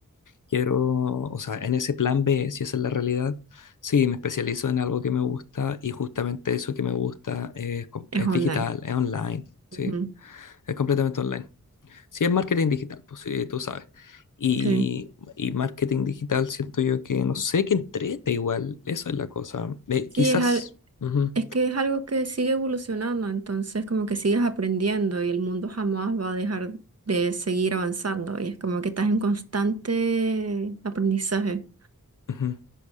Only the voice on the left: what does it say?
Quiero, o sea, en ese plan B, si esa es la realidad, sí, me especializo en algo que me gusta y justamente eso que me gusta es, com-
es
digital, es online, sí,
es completamente online. Sí, es marketing digital, pues sí, tú sabes. Y,
y marketing digital siento yo que no sé qué entrete igual, eso es la cosa. Eh,
quizás.
ujú,
ujú.